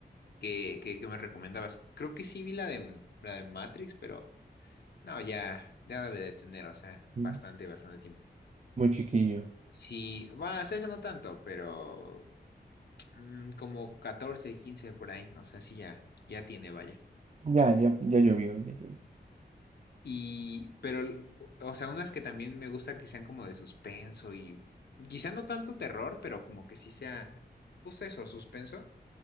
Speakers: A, on the left (about 65°); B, on the right (about 40°).
A: que, que, que me recomendabas. Creo que sí vi la de, la de Matrix, pero no, ya, ya debe de tener, o sea,
B: Mm.
A: bastante, bastante tiempo.
B: Muy chiquillo.
A: Sí, va, o sea, eso no tanto, pero mm, como 14 15 por ahí, o sea, sí ya, ya tiene, vaya.
B: Ya, ya, ya llovió, ya llovió.
A: Y, pero, o sea, unas que también me gusta que sean como de suspenso y quizá no tanto terror, pero como que sí sea justo eso, suspenso.